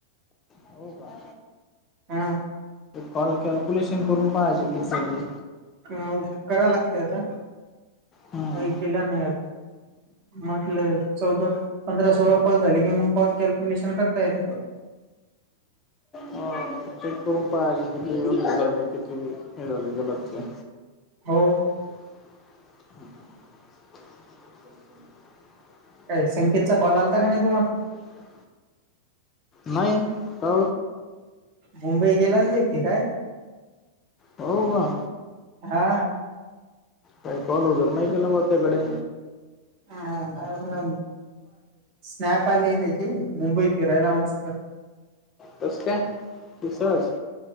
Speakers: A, on the left; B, on the right.
A: हो का
B: हा
A: कॉल कॅल्क्युलेशन करून पाहायजे किती झाले
B: अ कराव लागते आता
A: हम्म.
B: काही केलं नाही अ म्हटलं चौदा पंधरा सोळा कॉल झाली की मग कॉल कॅल्क्युलेशन करता येत ह
A: ह चेक करून पाहा किती व्यस्थित झाली किती हे झाले गल ते
B: हो
A: ह
B: काही संकेतचा कॉल आलाता का नाही तुम्हाला
A: ऐ का नाही का
B: मुंबई गेला एकतील काय
A: हो का
B: हा
A: काय कॉल होगैर नाही केला म त्याकडे
B: ह स्नपली ेतचीी मुंबई फिरयला मस्त
A: तस कय तसज